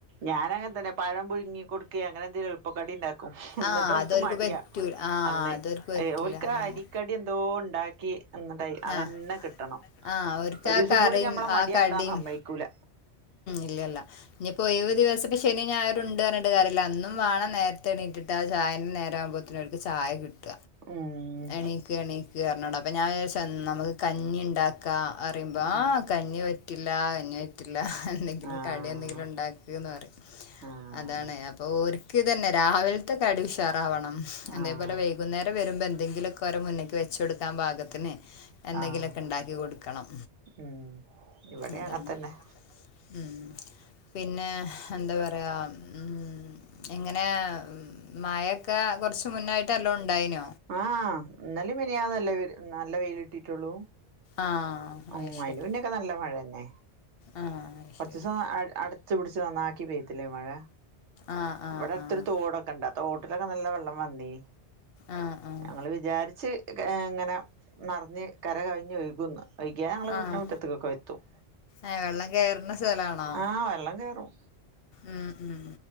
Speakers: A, on the right (about 80°); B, on the left (about 60°).
A: ഞാൻ അങ്ങനെ തന്നെയാ പഴം പുഴുങ്ങി കൊടുക്കെ അങ്ങനെന്തെലും എളുപ്പ കടി ഇണ്ടാ ക്കും എന്നിട്ട്
B: ആഹ്
A: ഓൽക്ക്
B: അതോര്ക്ക്
A: മടിയാ
B: പറ്റൂല ആഹ്
A: അന്ന്
B: അതോര്ക്ക് പറ്റില്ല
A: ഓൽക്ക്
B: അതാണ്
A: അരിക്കടിന്തോ ണ്ടാക്കി. എന്നട്ടായി അതന്നെ
B: ആഹ്
A: കിട്ടണം
B: ആഹ് ഓര്ക്ക്
A: ഒരു
B: ആ
A: ദിവസം
B: കറിയും
A: കൂടി നമ്മളെ മടിയാട്ടാൻ
B: ആ കടിയും
A: സമ്മയിക്കൂല.
B: ഇല്ലല്ല ഞ്ഞിപ്പോ ഒഴ്വ്ദിവസം ശനിം ഞായറുണ്ട് റഞ്ഞിട്ട് കാര്യല്ല അന്നും വാണം നേത്തെണീറ്റിട്ട് ആ ചായേ നേരാ വുമ്പോത്തേന് അവർക്ക് ചായ കിട്ട
A: ഉം
B: എണീക്ക് എണീക്ക് എറഞ്ഞട അപ്പൊ ഞാൻ ജാചു നമുക്ക് കഞ്ഞി ഉണ്ടാക്കാ. അറിയുമ്പോ
A: ആഹ്
B: ആ കഞ്ഞി പറ്റില്ല കഞ്ഞി പറ്റില്ല എന്തെങ്കിലും
A: ആഹ്
B: കടി യെന്തെങ്കിലും ഉണ്ടാക്ക്ന്ന് റിം.
A: ആഹ്
B: അതാണ് അപ്പൊ ഓര് ഇതന്നെ രാവിലത്തെ കടി ഉഷാറാവണം. അതേപോലെ
A: ആഹ്
B: വൈകുന്നേരം വരുമ്പ എ എന്തെങ്കിലൊക്കെ ഓരെ മുന്നിക്ക് വെച്ചൊടുക്കാൻ പാകത്തിന് എന്തെങ്കിലുക്കെ
A: ആഹ്
B: ണ്ടാക്കി കൊട്ക്കണം.
A: ഉം ഇവിടെ
B: അതാണ്
A: അങ്ങൻതന്നെ
B: ഉം പിന്നെ? ന്താ പറയാ ഉം ഇങ്ങനെ മയൊക്കെ കുറച്ച് മുന്നായിട്ടെല്ലാം ണ്ടായിനൊ?
A: ആ ഇന്നലെ മിഞ്ഞാന്നല്ലേ നല്ല വെയിലിട്ടിട്ടൊള്ളൂ?
B: ആഹ്
A: ഉം
B: അത്
A: അയിന്
B: ശരി
A: മുനെനക്കെ നല്ല മഴന്നെ.
B: ആഹ് അത്
A: കൊടച്ചൂ
B: ശരി
A: അടച്ച് പിടി ചൊ ന്നാക്കി പെയ്ത്തില്ലേ മഴ.
B: ആഹ് ആഹ്
A: വിടെടുത്തൊരു
B: ആഹ്
A: തോടൊക്കെണ്ട് ആ തോ ട്ടിലൊക്കെ നല്ല വെള്ളം വന്നിനീ.
B: ആഹ് ആഹ്
A: ഞങ്ങള് വിചാരിച്ച് ഇങ്ങനെ നെറഞ്ഞ് കരകവിഞ്ഞൊഴുകുന്നു. വയ്ക്യാ ഞങ്ങളെ വീടിൻ
B: ആഹ്
A: മുറ്റത്തേക്കൊക്കെ എത്തും.
B: ഏഹ് വെള്ളം കേറുന്ന സ്ഥലാണോ
A: ആഹ് വെള്ളം കേറും.
B: ഉം ഉം